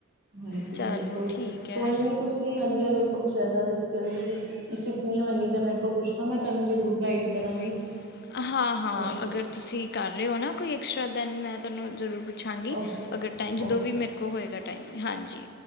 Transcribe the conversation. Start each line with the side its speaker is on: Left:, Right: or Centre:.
Right: ਹਾਂਜੀ
Left: ਚਲੋ
Right: ਬਿਲਕੁਲ
Left: ਠੀਕ ਹੈ
Right: ਕੋਈ ਨੀ ਤੁਸੀਂ ਤੁਸੀਂ ਅੱਗੇ ਅਗਰ ਕੁਛ ਇੱਦਾਂ ਦੀ ਸਕਿੱਲ ਸਿੱਖਣੀ ਹੋਏਗੀ। ਤਾਂ ਮੇਰੇ ਕੋਲ ਪੁੱਛਣਾ ਮੈਂ ਤੁਹਾਨੂੰ ਜ਼ਰੂਰ ਗਾਈਡ ਕਰਾਂਗੀ
Left: <unintelligible> ਹਾਂ ਹਾਂ
Right: ਓਕੇ
Left: ਅਗਰ
Right: ਜੀ
Left: ਤੁਸੀਂ ਕਰ ਰਹੇ ਹੋ ਨਾ ਕੋਈ ਐਕਸਟਰਾ ਦੈਨ ਮੈਂ ਤੁਹਾਨੂੰ ਜ਼ਰੂਰ ਪੁੱਛਾਂਗੀ।
Right: ਓਕੇ
Left: ਅਗਰ ਟਾਈਮ ਜਦੋਂ
Right: ਓਕੇ
Left: ਵੀ ਮੇਰੇ ਹੋਏਗਾ ਟਾਈਮ ਹਾਂਜੀ।